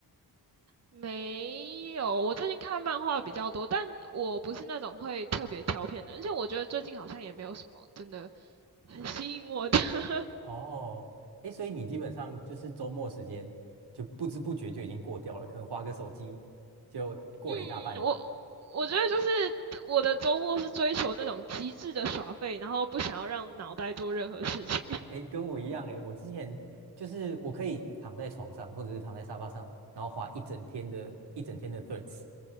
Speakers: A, on the right; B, on the right.
A: 没有。我最近看漫画比较多，但我不是那种会特别挑片的，而且我觉得最近好像也没有什么真的很吸引我的。<laughs>
B: 哦，哎，所以你基本上就是周末时间就不知不觉就已经过掉了，可能划个手机就过了一大半。
A: 嗯，我我觉得就是我的周末是追求那种极致的耍废，然后不想要让脑袋做任何事情。
B: 哎，跟我一样哎，我之前就是我可以躺在床上或者是躺在沙发上，然后划一整天的一整天的 Threads，